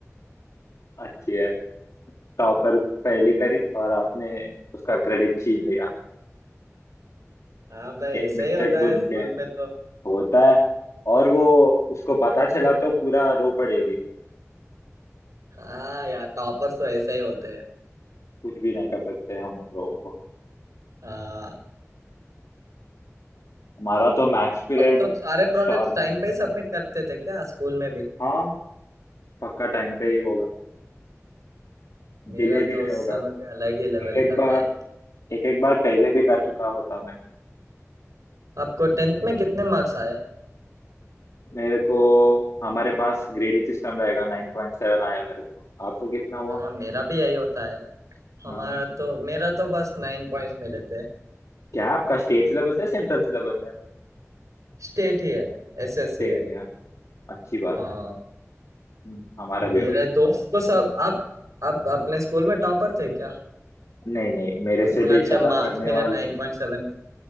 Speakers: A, on the left; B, on the right.
A: अच्छी है टॉपर पहली करी और आपने उसका क्रेडिट छीन लिया
B: हाँ भाई
A: एक
B: ऐसा
A: मिस्टेक
B: ही होता
A: ढूंढ
B: है स्कूल
A: के
B: में तो
A: होता है और वो उसको पता चला तो पूरा रो पड़ेगी
B: हाँ यार टॉपर्स तो ऐसा ही होते हैं
A: कुछ भी नहीं कर सकते हम उन लोगों को
B: हाँ
A: हमारा तो मैक्स पीरियड
B: अब तो सारे
A: शार्प
B: प्रोजेक्ट्स टाइम पे सबमिट करते थे क्या स्कूल में भी
A: हाँ पक्का टाइम पे ही होगा
B: मेरा
A: डिले
B: तो
A: भी नहीं
B: उस
A: होगा
B: समय पे अलग ही लेवल
A: एक एक
B: का
A: बार
B: था
A: एक एक बार पहले भी कर चुका होता मैं
B: आपको टेंथ में कितने मार्क्स आए
A: मेरे को हमारे पास ग्रेडिंग सिस्टम रहेगा नाइन पॉइंट सेवन आया मेरे को आपको कितना हुआ
B: हाँ मेरा भी यही होता है हमारा
A: हाँ
B: तो मेरा तो बस नाइन पॉइंट्स मिले थे
A: क्या आपका स्टेट सिलेबस है सेंट्रल सिलेबस है
B: स्टेट ही है एसएससी
A: स्टेट
B: है
A: है अच्छी बात
B: हाँ
A: है हम्म, हमारा
B: मेरे
A: भी वही है
B: दोस्त तो सब आप आप अपने स्कूल में टॉपर थे क्या
A: नहीं नहीं मेरे से
B: उतना
A: भी
B: अच्छे
A: ज्यादा
B: मार्क्स
A: पढ़ने
B: मिले
A: वाले
B: नाइन पॉइंट सेवन